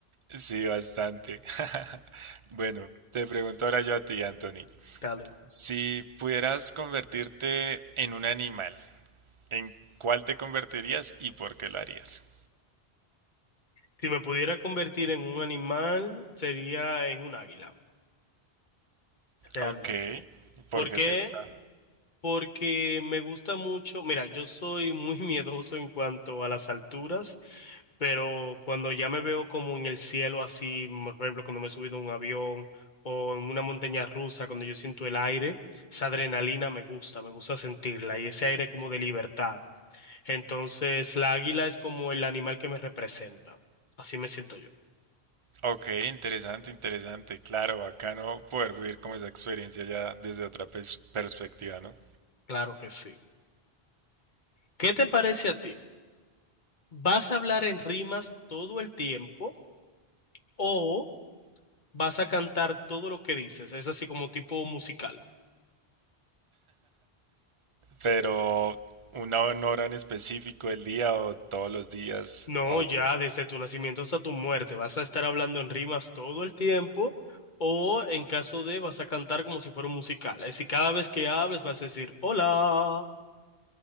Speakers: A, on the right; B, on the left.
A: Sí, bastante. <laughs> Bueno, te pregunto ahora yo a ti, Anthony.
B: Dale.
A: Si pudieras convertirte en un animal, ¿en cuál te convertirías y por qué lo harías?
B: Si me pudiera convertir en un animal, sería en un águila, realmente.
A: Ok, ¿por
B: ¿Por
A: qué
B: qué?
A: te gusta?
B: porque me gusta mucho, mira, yo soy muy <laughs> miedoso en cuanto a las alturas, pero cuando ya me veo como en el cielo así, por ejemplo, cuando me he subido a un avión o en una montaña rusa, cuando yo siento el aire, esa adrenalina me gusta, me gusta sentirla y ese aire como de libertad. Entonces, la águila es como el animal que me representa. Así me siento yo.
A: Ok, interesante, interesante. Claro, bacano poder vivir como esa experiencia ya desde otra pers- perspectiva, ¿no?
B: Claro que sí. ¿Qué te parece a ti? ¿Vas a hablar en rimas todo el tiempo o... vas a cantar todo lo que dices, es así como tipo musical.
A: Pero una hora en específico, el día o todos los días.
B: No,
A: Ok.
B: ya desde tu nacimiento hasta tu muerte, vas a estar hablando en rimas todo el tiempo o en caso de vas a cantar como si fuera un musical. Es Así cada vez que hables vas a decir, hola.